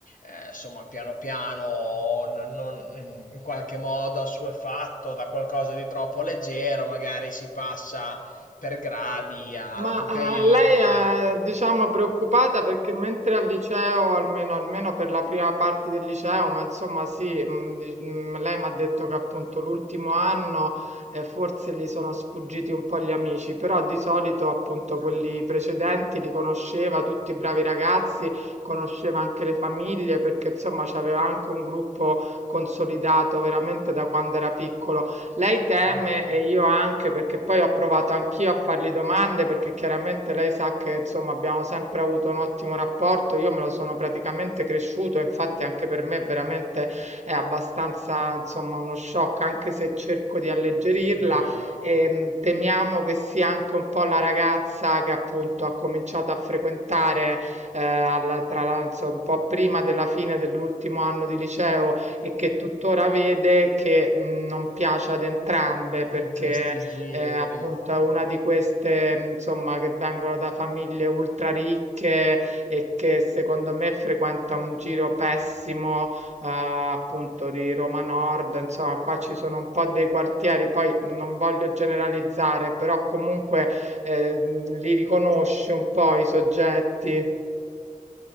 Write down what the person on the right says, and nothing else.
Ma,
ehm, lei è, diciamo, preoccupata perché mentre al liceo, almeno almeno per la prima parte del liceo, ma insomma sì, mh, di- mh, lei mi ha detto che appunto l'ultimo anno eh, forse gli sono sfuggiti un po' gli amici, però di solito appunto
quelli precedenti li conosceva, tutti i bravi ragazzi, conosceva anche le famiglie perché insomma c'aveva anche un gruppo consolidato veramente da quando era piccolo. Lei teme
e io anche perché poi ho provato anch'io a fargli domande perché chiaramente lei sa che insomma abbiamo sempre avuto un ottimo rapporto, io me lo sono praticamente cresciuto, infatti anche per me veramente è abbastanza insomma uno shock, anche se cerco di alleggerirla
e mh, temiamo che sia anche un po' la ragazza che appunto ha cominciato a frequentare eh, alla- tra l'altro un po' prima della fine dell'ultimo anno di liceo e che tuttora vede che mh, non piace ad entrambe perché
eh, appunto è una di queste mh, insomma che vengono da famiglie ultra ricche e che secondo me frequenta un giro pessimo eh, appunto di Roma Nord, insomma qua ci sono un po' dei quartieri, poi non voglio generalizzare, però comunque eh, mh, li riconosci un po' i soggetti.